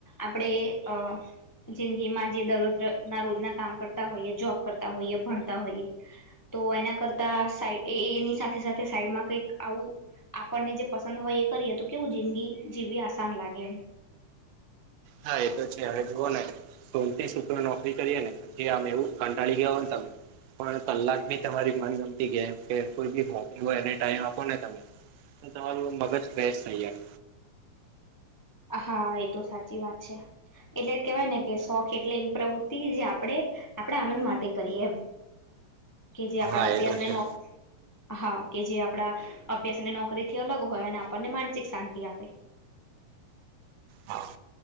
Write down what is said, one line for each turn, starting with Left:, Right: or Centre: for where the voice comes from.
Left: આપણે અ જિંદગી માં જે દરરોજ ના રોજના કામ કરતા હોઈએ જોબ કરતા હોઈએ ભણતા હોઈએ. તો એના કરતા સાઈ એ એની સાથે સાથે સાઈડમાં કઈક આવું આપણને જે પસંદ હોય એ કરીએ તો કેવું જિંદગી જીવવી આસાન લાગે એમ.
Right: હા એ તો છે હવે જુઓ ને, સોનતી સૂત્ર નોકરી કરીએ ને. કેમ એવું કંટાળી ગયા હો ને તમે, પણ કલાક તમારી મનગમતી ગમ કે કોઈ બી હોબી હોય એ ટાઈમ આપો ને તમે. તમારું મગજ ફેશ થઈ જાય.
Left: હા એ તો સાચી વાત છે. એટલે કેહેવાય ને કે શોખ એટલે એવી પ્રવૃત્તિ જે આપડણે આપણે આનંદ માટે કરીએ કે જે આપડા
Right: હા
Left: અભ્યાસને
Right: એ તો છે
Left: નો, હા કે જે આપડા અભ્યાસ અને નોકરી થી અલગ હોય અને આપણને માનસિક શાંતિ આપે.
Right: હા